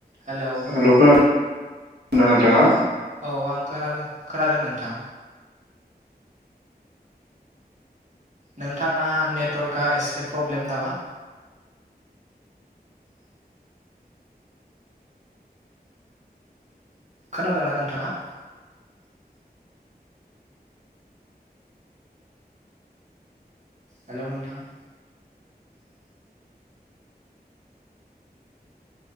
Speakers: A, on the right; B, on the right.
A: Hello
B: hello खोना <unintelligible> नोंथाङा।
A: औ आं खोनादों खोनादों नोंथां। नोंथांना नेटवर्कआ एसे प्रब्लेम नामा। खोनादोंना नोंथाङा। हेलौ नोंथां।